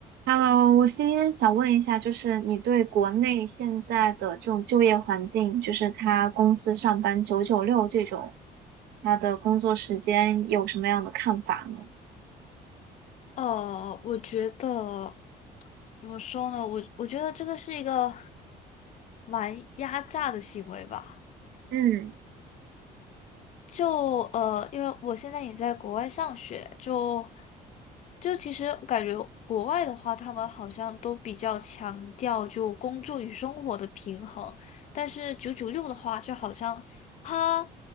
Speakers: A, on the right; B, on the left.
A: Hello，我今天想问一下，就是你对国内现在的这种就业环境，就是他公司上班九九六这种，他的工作时间有什么样的看法呢？
B: 呃，我觉得怎么说呢？我我觉得这个是一个蛮压榨的行为吧。
A: 嗯
B: 就呃，因为我现在也在国外上学，就就其实感觉国外的话，他们好像都比较强调就工作与生活的平衡，但是九九六的话，就好像他